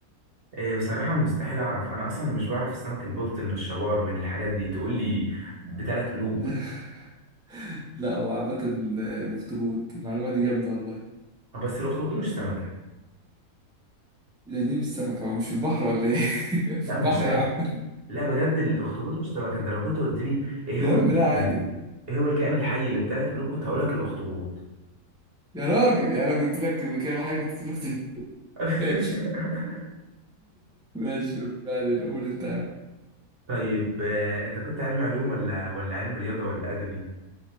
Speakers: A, on the right (about 40°); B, in the centre.
A: إيه بصراحه مستحيل اعرف انا اصلا مش بعرف السمك البلطي من الشبار من الحاجات دي تقول لي بثلاث قلوب
B: <laughs> لا هو عامه آه، الاخطبوط المعلومه دي جامده والله
A: بس الاخطبوط مش سمكه
B: يعني ليه مش سمكه هو مش في البحر ولا ايه <laughs>
A: لا
B: في البحر
A: مش شرط
B: يا عم
A: لا بجد الاخطبوط مش سمكه انت لو كنت قلت لي
B: <laughs>
A: ايه
B: يا
A: هو
B: عم
A: ال-
B: لا عادي
A: يعني ايه هو الكائن الحي اللي بثلاث قلوب كنت هقول لك الاخطبوط
B: يا راجل يعني انا قلت لك كده كده الحاجه كنت تقول اختي
A: <laughs>
B: ماشي ماشي ما علينا قول انت يا عم
A: طيب آه، انت كنت علم علوم ولا ولا علم رياضه ولا ادبي